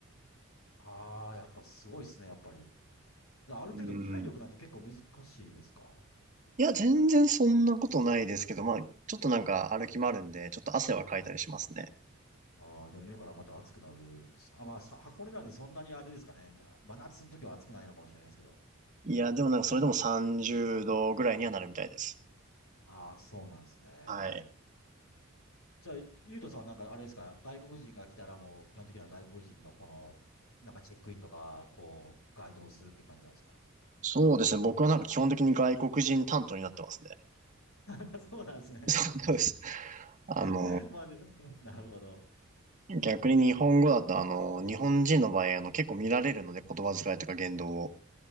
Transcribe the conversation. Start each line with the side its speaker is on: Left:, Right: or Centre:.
Left: ああ、やっぱすごいっすね、やっぱり。である程度体力なんて結構難しいですか
Right: うん。いや、全然そんなことないですけど、まあ、ちょっとなんか歩き回るんで、ちょっと汗はかいたりしますね。
Left: ああー、でも今からまた暑くなるんです。あ、まあ、さ箱根なんでそんなにあれですかね。な、真夏の時は暑くないのかもしれないですけど。
Right: いや、でもなんかそれでも30度ぐらいにはなるみたいです。
Left: ああ、そうなんですね。
Right: はい。
Left: じゃあ、ゆうとさんはなんかあれですか、外国人が来たらもう基本的には外国人のこの、なんかチェックインとか、こう、ガイドをするって感じなんですか
Right: そうですね。僕はなんか基本的に外国人担当になってますね。
Left: <laughs> そうなんですね。
Right: そうです。あの、
Left: <laughs> まあで、<laughs> なるほど。
Right: 逆に日本語だとあの、日本人の場合、あの、結構見られるので言葉遣いとか言動を。